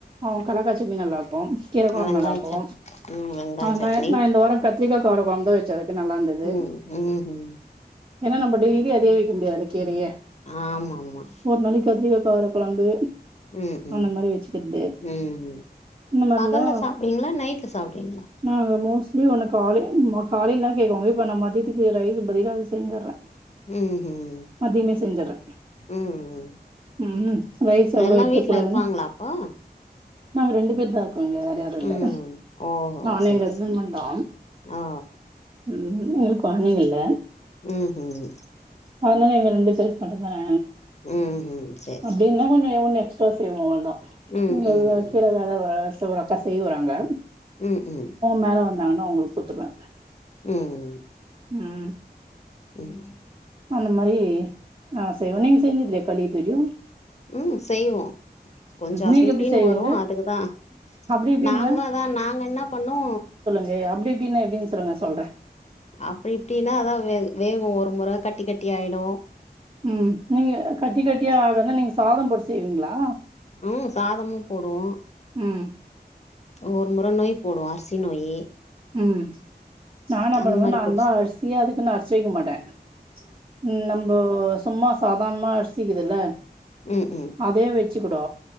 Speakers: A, on the right (about 30°); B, on the left (about 40°).
A: ஆ கலாக்கா சட்னி நல்லா இருக்கு கீரக் கொழம்பு
B: வெங்காய
A: நல்லா இருக்கு
B: சட் ம் வெங்காய
A: ஆ
B: சட்னி
A: நா இந்த வார கத்திரிக்கா கார கொழம்புந்தா வச்ச அதுக்கு நல்லா இருந்தது
B: ம் ம் ம்
A: ஏன்னா நம்ம டெல்லியு அதேயே வக்க முடியாதுல கீரயே
B: ஆமாமா
A: ஒரு நாளைக்கு கத்திரிக்கா கார கொழம்பு
B: ம் ம்
A: அந்த மாரி வச்சுக்கிறது
B: ம்
A: இந்த மாரிலா
B: பகல்ல சாப்டுவீங்ளா நைட்ல சாப்டுவீங்ளா
A: நாங்க மோஸ்ட்லி ஒனக்கு காலேயில்லா காலேல்ல கேட்கோங்க இப்ப நா மதியத்துக்கு ரைஸ்க்கு பதில் அது செரிஞ்சர்றே
B: ம்ஹும்
A: மதியமே செஞ்சறே
B: ம்
A: ம் ரைஸ் அவ்வளவு
B: எல்லா
A: எடுத்து
B: வீட்ல
A: கூடாதுன்னு
B: இருப்பாங்களா அப்போ
A: நாங்க ரெண்டு பேர் தா இருக்கோங்க வேர யாரு இல்ல
B: ம் ஓஹோ
A: நானு
B: சேரி
A: எங்க ஹஸ்பண்ட்
B: சேரி
A: மட்டுந்தா
B: ஓ
A: ம் எங்களுக்கு கொழைந்தங்க இல்ல
B: ம் ம்
A: அதனால எங்க ரெண்டு பேருக்கு மட்டுந்தான
B: ம்ஹும் சேரி
A: அப்டின்னா
B: சேரி
A: கொஞ்சோ ஒன்னு சுத்தம் செய்வோ அவ்ளதா
B: ம்
A: உங்க
B: ம் ம்
A: கீழே மேல ஒரு சர அக்கா செய் வறாங்க
B: ம் ம்
A: மேல வந்தாங்கன்னா அவுங்களுக்கு குடுத்துருவே
B: ம்
A: ம்
B: உம்
A: அந்த மாரி ஆ செய்வே நீங்க செஞ்சது இல்லயா களி இதுவரையு
B: ம் செய்வோ கொஞ்சோ அப்டி
A: நீங்க
B: இப்டின்னு
A: எப்டி செய்வீங்க
B: வரு அதுக்குதா
A: அப்டி இப்டின்னா
B: நாங்களு அதா நாங்க என்னா பண்ணோ
A: து அப்டி இப்டின்னா எப்டின் சொல்லுங்க சொல்றே
B: அப்டி இப்டின்னா அதான் வே வேகும் ஒரு முற கட்டி கட்டி ஆயிடும்
A: ம் நீங்க கட்டி கட்டியா ஆகனா நீங்க சாதம் போட்டு செய்வீங்கிளா
B: ம் சாதமும் போடுவோம்
A: ம்
B: ஒரு முற நொய் போடுவ அரிசி நொயி
A: ம் நா என்னா
B: அந்த
A: பண்ணுவன்
B: மாரி
A: நான்தா
B: போட்டு
A: அரிசியா அதுக்குன் அரிசி வைக்க மாட்டன் ம் நம் போ சும்மா சாதாரணமா அரிசி கீதுல்ல
B: ம் ம்
A: அதே வச்சிக்கூடோ